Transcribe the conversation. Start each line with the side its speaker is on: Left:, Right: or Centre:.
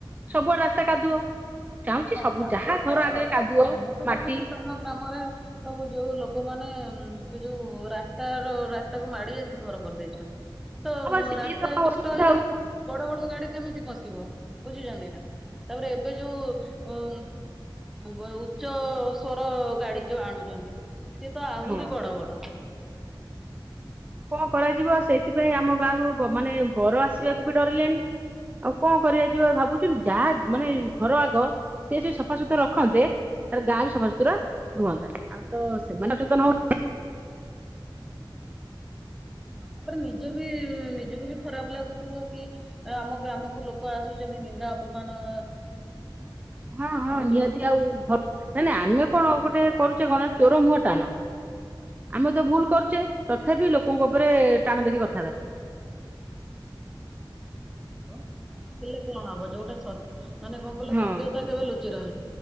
Right: ସବୁଆଡେ କାଦୁଅ। ଚାହୁଁଛି
Centre: ହଁ
Right: ସବୁ
Centre: କାଦୁଅ
Right: ଯାହା
Centre: ତ
Right: ଘର
Centre: କାଦୁଅ
Right: ଆଗରେ
Centre: ଆଉ ମୁଁ ତୁ
Right: ମାଟି
Centre: ଶୁଣିଛି ତମ ଗ୍ରାମରେ ସବୁ ଯୋଉ ଲୋକମାନେ ସେ ଯୋଉ ରାସ୍ତାର ରାସ୍ତା କୁ ମାଡି ଆସିିକ ଘର କରିଦେଇଛନ୍ତି। ତ
Right: ହଁ ସିଏ
Centre: ରାସ୍ତା
Right: ତ ଅସୁବିଧା
Centre: ଛୋଟ ହେଇଯାଉଛି।
Right: ଆଉ।
Centre: ବଡ ବଡ ଗାଡି କେମିତି ପଶିବ ବୁଝିଛନ୍ତି ନା ତାପରେ ଏବେ ଯୋଉ ଉଚ୍ଚ ସ୍ୱର ଗାଡି ଯୋଉ ଆଣୁଛନ୍ତି। ସେଏ ତ ଆହୁରି
Right: ହଁ
Centre: ବଡ ବଡ।
Right: କଣ କରାଯିବ, ସେଇଥିପାଇଁ ଆମ ଗାଁକୁ ମାନେ ବର ଆସିବାକୁ ବି ଡରିଲେଣି। ଆଉ କଣ କରିବା ଯିବ ଭାବୁଛୁ, ଯାହା ମାନେ ଘର ଆଗ ସିଏ ସ ସଫାସୁତୁରା ରଖନ୍ତେ ତାହେଲେ ଗାଁ ବି ସଫା ସୁତୁରା ରୁହନ୍ତା। ଆଉ ତ ସେମାନେ ସଚେତନ ହ
Centre: ହଁ ତାପରେ ନିଜ ବି, ନିଜକୁ ବି ଖରାପ ଲାଗୁଥିବ କି? ଆମ ଗ୍ରାମକୁ ଲୋକ ଆସୁଛନ୍ତି ନିନ୍ଦା ଅପମାନ
Right: ହଁ ହଁ
Centre: ହଉଛନ୍ତି।
Right: ନିହାତି ଆଉ, ନାଇଁ ନାଇଁ ଆମେ କଣ ଗୋଟେ କରୁଛେ କଣ ଚୋର ମୁହଁ ଟାଣ। ଆମେ ତ ଭୁଲ କରୁଛେ, ତଥାପି ଲୋକଙ୍କ ଉପରେ ଟାଣ ଦେଖି କଥାବାର୍ତ୍ତା କରୁଛେ।
Centre: ର ଟଣ ହେଲେ କଣ ହବ, ଯୋଉଟା ସତ୍ ମାନେ କଣ କଲେ
Right: ହଁ
Centre: ସତ୍ୟତା କେବେ ଲୁଚ ହ